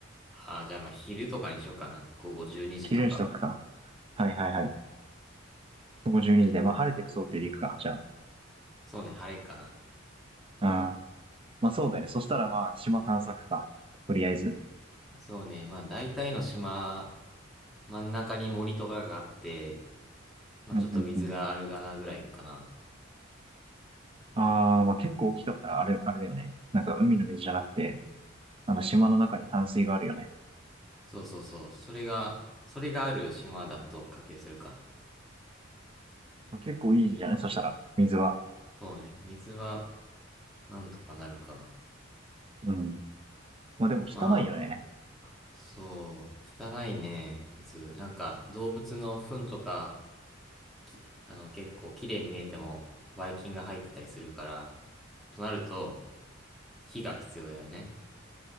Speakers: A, in the centre; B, on the right (about 25°).
A: ああ、じゃあまあ昼とかにしようかな。午後12時とか。
B: 昼にしとくか。はいはいはい。午後12時で、まあ、晴れてる想定でいくか。じゃ
A: そうね、晴れかな。
B: あ。まあそうだね。そしたらまあ島探索か。とりあえず。
A: そうね、まあ大体の島、真ん中に森とかがあって、まあちょっと水があるかなぐらいかな。
B: うんうんうん。ああ、まあ結構大きかったらあれ、あれだよね。なんか海の水じゃなくて、あの島の中に淡水があるよね。
A: そうそうそう。それが、それがある島だと仮定するか。
B: 結構いいじゃないそしたら、水は。
A: そうね。水はなんとかなるか。
B: うん。まあでも汚いよね。
A: まあ、そう。汚いね、水。なんか、動物の糞とか、き、あの、結構綺麗に見えても、ばい菌が入ってたりするから、となると、火が必要だよね。